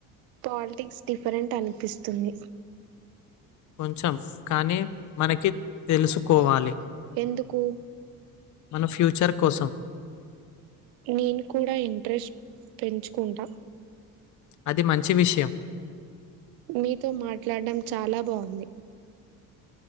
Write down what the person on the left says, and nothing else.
కొ ంచెం కానీ మనకి తెలుసుకోవాలి
మన ఫ్యూచర్ కోసం
అది మంచి విషయం